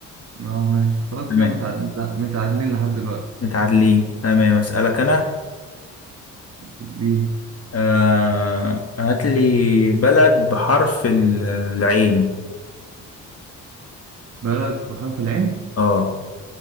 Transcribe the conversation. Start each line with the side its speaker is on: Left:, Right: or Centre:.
Right: اه ماشي خلاص
Left: تمام
Right: كده متع- متع- متعادلين لحد دلوقتي
Left: متعادلين تمام اسألك انا
Right: الدين
Left: آه هات لي بلد بحرف ال- العين
Right: بلد بحرف العين
Left: اه